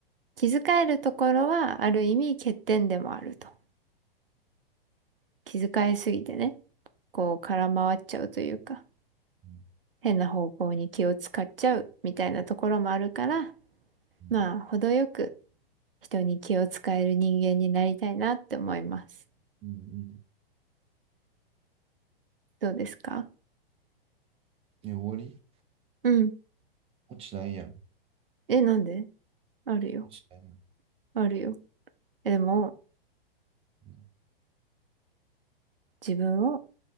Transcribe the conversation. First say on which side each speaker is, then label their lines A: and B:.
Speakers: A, on the right (about 65°); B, on the right (about 20°).
A: 気遣えるところはある意味欠点でもあると。気遣いすぎてね、こう空回っちゃうというか、
B: うん
A: 変な方向に気を使っちゃうみたいなところもあるから、
B: うん
A: まあ、程よく人に気を使える人間になりたいなって思います。
B: うんうん
A: どうですか
B: え終わり
A: うん。
B: 落ちないやん。
A: え、なんであるよ。
B: 落ちないやん。
A: あるよ。え、でも、
B: うん
A: 自分を、